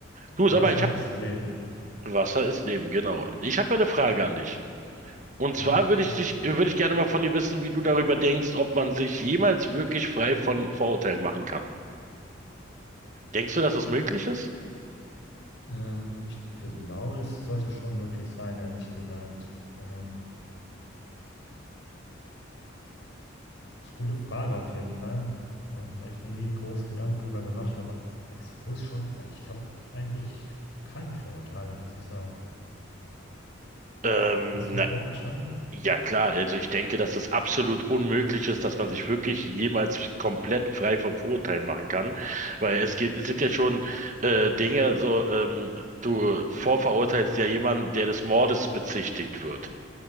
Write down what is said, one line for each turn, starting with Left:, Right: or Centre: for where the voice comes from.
Right: Du,
Left: Wasser
Right: sag mal, ich hab
Left: ist Leben.
Right: Wasser ist Leben, genau. Ich habe eine Frage an dich. Und
Left: Ja,
Right: zwar würde
Left: schieß
Right: ich dich,
Left: los.
Right: würde ich gerne mal von dir wissen, wie du darüber denkst, ob man sich jemals wirklich frei von Vorurteilen machen kann. Denkst du, dass das möglich ist?
Left: Ähm, ich glaube, das sollte schon möglich sein, ehrlich gesagt. Ähm, Das ist eine gute Frage auf jeden Fall. Ähm, habe ich mir nie groß Gedanken drüber gemacht, aber es muss schon, ich habe eigentlich keine Vorurteile, muss ich sagen.
Right: Ähm,
Left: Hast du
Right: na,
Left: Vorurteile?
Right: ja klar, also ich denke, dass das absolut unmöglich ist, dass man sich wirklich jemals komplett frei von Vorurteilen machen kann, weil es geht, es sind ja schon äh, Dinge, so ähm, du vorverurteilst ja jemanden, der des Mordes bezichtigt wird.